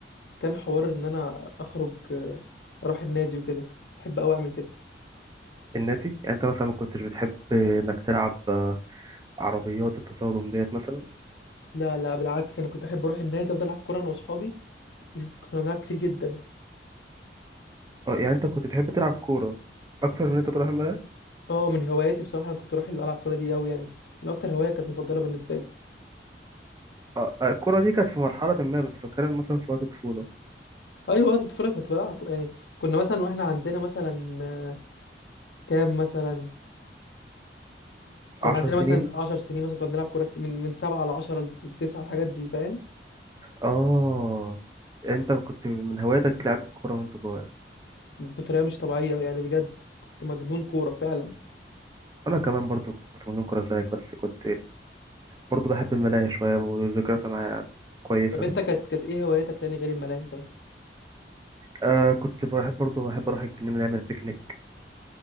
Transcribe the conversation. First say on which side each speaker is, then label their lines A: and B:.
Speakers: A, on the left; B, on the right.
A: كان حوار ان انا اخرج آه، اروح النادي وكده بحب قوي اعمل كده
B: الناتي يعني انت مثلا ما كنتش بتحب انك تلعب آه، عربيات التصادم ديت مثلا
A: لا لا بالعكس انا كنت احب اروح النادي افضل العب كوره انا واصحابي يس- كنا بنلعب كتير جدا
B: اه يعني انت كنت بتحب تلعب كورة اكتر من انت تروح الملاهي
A: اه من هواياتي بصراحه انا كنت اروح العب كوره دي قوي يعني من اكتر هوايه كانت مفضله بالنسبه لي
B: اه آه، الكورة دي كانت في مرحلة ما بس بتكلم مثلا في وقت الطفولة
A: ايوه وقت الطفوله كنت بلعب ك- يعني كنا مثلا واحنا عندنا مثلا كام مثلا كنا
B: عشر
A: عندنا
B: سنين
A: مثلا 10 سنين مثلا كنا بنلعب كوره كتير من من 7 ل 10 ل 9 الحاجات دي فاهم
B: اه انت كنت من هواياتك لعب الكورة وانت صغير
A: بطريقه مش طبيعيه يعني بجد كنت مجنون كوره فعلا
B: انا كمان برضو كنت مجنون كورة زيك بس كنت برضه بحب الملاهي شوية وذكرياتها معايا كويسة
A: طب انت كانت كانت ايه هوايتك تاني غير الملاهي طيب
B: آه كنت بحب برضه بحب أروح الجنينة نعمل بيكنيك